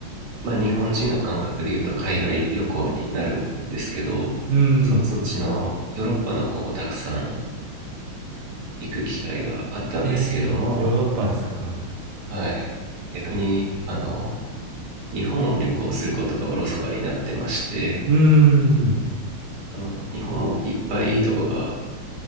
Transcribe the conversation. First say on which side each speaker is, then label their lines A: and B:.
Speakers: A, on the right (about 55°); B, on the right (about 85°).
A: まあ、日本人の感覚で言うと海外旅行になるんですけど、
B: うん。
A: そ、そっちのヨーロッパの方をたくさん行く機会があったんですけども、
B: えー、ヨーロッパですか。
A: はい、逆にあの日本を旅行することがおろそかになってまして
B: うん。
A: あの日本もいっぱいいいとこが